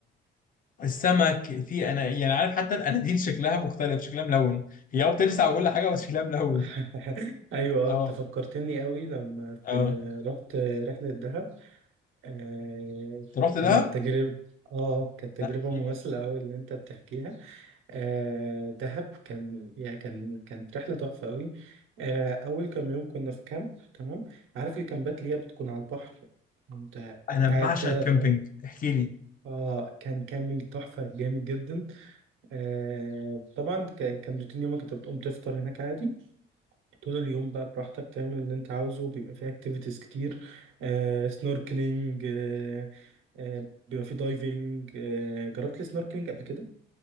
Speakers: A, on the left; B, on the right.
A: السمك في انا يعني عارف حتى الاناديل شكلها مختلف شكلها ملون هي اه بتلسع وكل حاجه بس شكلها ملون
B: <laughs> ايوه
A: اه
B: آه، انت فكرتني قوي لما في
A: اه
B: رحت رحله دهب آه
A: انت رحت
B: كانت
A: دهب؟
B: تجربه اه كانت تجربه
A: لا احكي
B: مماثله
A: لي
B: قوي اللي انت بتحكيها آه دهب كان يا كان كانت رحلة تحفة قوي آه أول كام يوم كنا في كامب تمام عارف الكامبات اللي هي بتكون على البحر أنت
A: انا بعشق
B: قاعد كده
A: الكامبينج
B: فاهم
A: احكي لي
B: اه كان كامبينج تحفة جامد جدا آه طبعا كان كان روتين يومك انت بتقوم تفطر هناك عادي طول اليوم بقى براحتك تعمل اللي انت عاوزه بيبقى فيه اكتيفيتيز كتير آه سنوركلينج آه آه بيبقى فيه دايفنج آه جربت السنوركلينج قبل كده